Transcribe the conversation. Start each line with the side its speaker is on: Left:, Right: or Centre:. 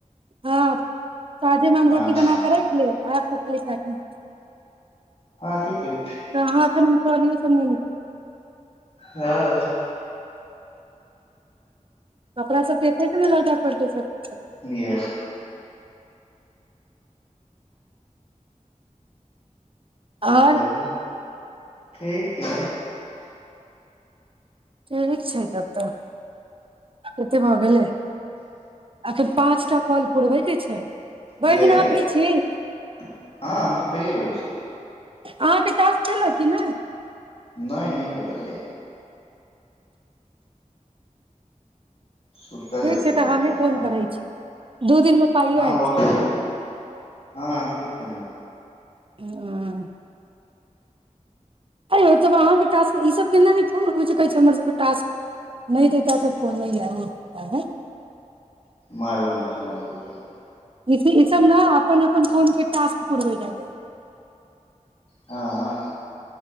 Right: हँ साझेमे हम
Left: हँ
Right: रोटी बना
Left: हँ
Right: के
Left: हँ
Right: राखि लेब अहाँ सभ खाली सा किन
Left: हँ ठीक ह
Right: <unintelligible> कहाँ एखन हम परले छेलियै नऽ
Left: हँ
Right: कपड़ा सब तऽ एतै सँ ने लऽ जे पड़तै सब
Left: येस
Right: आओर
Left: हँ बाजियौ ठीके
Right: ठीक छै तब तऽ कतेक भऽ गेलै अखैन पाँच टा फल पुरबै के छै भरि
Left: की कहै
Right: दिन अहाँ
Left: छियै
Right: फ्री छी
Left: हँ हम तऽ फ्रीये रहै छी
Right: अहाँके टास्क केलक कि नहि
Left: नहि नहि देलक य सुतल
Right: ठीक
Left: हेतै
Right: छै तऽ
Left: कखन
Right: हमही फोन
Left: हँ
Right: करैत छी दू दिनमे पाइयो
Left: हँ
Right: आबि
Left: भऽ
Right: जायत
Left: गेल हँ ठीक छै ने
Right: हँ ऐं यौ तब अहाँके टास्क ई सभ केना नहि फोन उठबै छै कहै छै हमर सभके टास्क नहि दैते तऽ फोन नहि आएत आबौ
Left: मालूम नहि हमरा नहि बुझल ये
Right: इस ई सब ने अपन अपन फोन के टास्क पुरबै जाय ये
Left: हँ